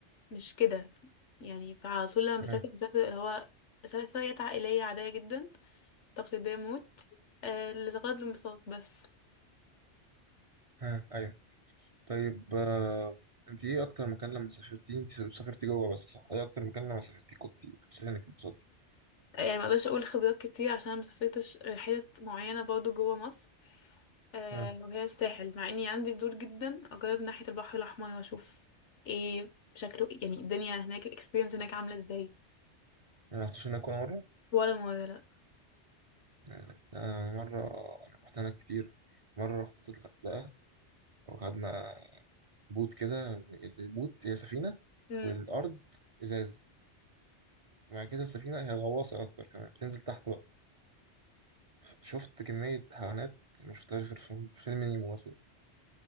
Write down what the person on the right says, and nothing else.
امم
ها ايوه طيب آه، انت ايه اكتر مكان لما سافرتي انت سافرتي جوه بس صح ايه اكتر مكان لما سافرتي كنت حسيت انك اتبسطتي
اه
ما رحتش هناك ولا مره
يعني آه، مره انا رحت هناك كتير مره رحت الغردقه وخدنا بوت كده البوت هي سفينه
والارض ازاز وبعد كده السفينه هي غواصه اكتر كمان بتنزل تحت بقى شفت كميه حيوانات ما شفتهاش غير في في فيلم نيمو مثلا